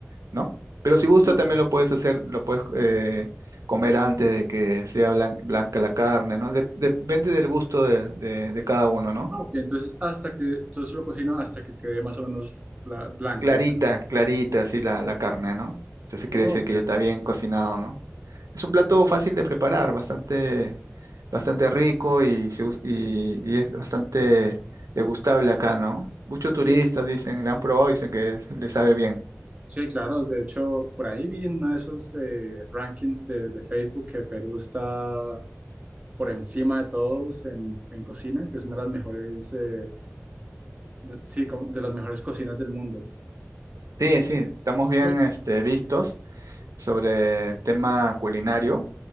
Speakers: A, on the right; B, on the right.
A: ¿no? Pero si gusta
B: ok.
A: también lo puedes hacer, lo puedes eh, comer antes de que sea blan- blanca la carne, ¿no? De- depende del gusto de, de- de cada uno, ¿no?
B: Ah, ok. Entonces, hasta que, entonces lo cocino hasta que quede más o menos la, blanca
A: Clarita,
B: la carne.
A: clarita, así la, la carne, ¿no? Entonces quiere
B: Oh,
A: decir
B: ok.
A: que ya está bien cocinado, ¿no? Es un plato fácil de preparar, bastante, bastante rico y, se us- y, y es bastante degustable acá, ¿no? Muchos turistas
B: Sí,
A: dicen, le han probado y dicen que es- le sabe bien.
B: sí, claro. De hecho, por ahí vi en uno de esos eh, rankings de, de Facebook que Perú está por encima de todos en, en cocina, que es una de las mejores, eh, de- sí, como de las mejores cocinas del mundo.
A: Sí, sí, estamos bien
B: Uy,
A: este, vistos sobre el tema culinario.